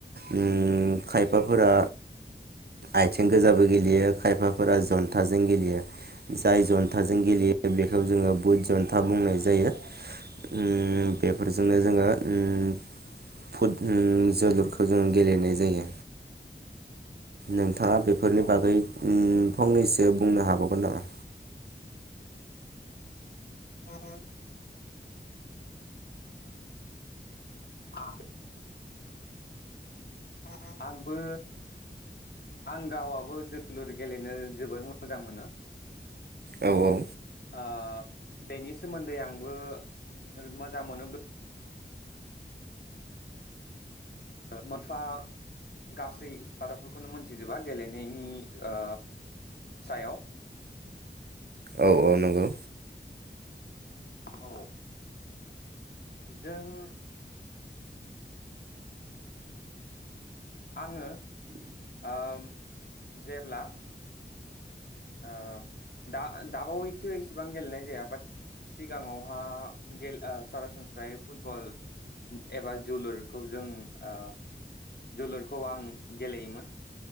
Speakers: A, on the right; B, on the left.
A: उम खायफाफोरा आथिं गोजाबो गेलेयो खायफाफोरा जन्थाजों गेलेयो जाय जन्थाजों गेलेयो बेखौ जोङो बुद जन्था बुंनाय जायो। उम बेफोरजोंनो जोङो उम फुद उम जोलुरखौ जोङो गेलेनाय जायो। नोंथाङा बेफोरनि
B: औ
A: बागै फंनैसो बुंनो हाबावगोन नामा?
B: अ <unintelligible> <unintelligible> आं आंबो आं गावाबो जोलुर गेलेनो जोबोर मोजां मोनो।
A: औ औ
B: ओ बेनि सोमोन्दै आंबो मोजां मोनोब्ला मोनफा गासै बाथ्राफोरखौनो मोनथिजोबा गेलेनायनि ओ सायाव
A: औ औ नंगौ
B: औ जों आङो ओम जेब्ला ओ दा-दाबावैथो एसेबां गेलेनाय जाया बाट सिगाङावहा गेल ओ सरासनस्रायै फुटबल एबा जोलुरखौ जों ओ जोलुरखौ आं गेलेयोमोन।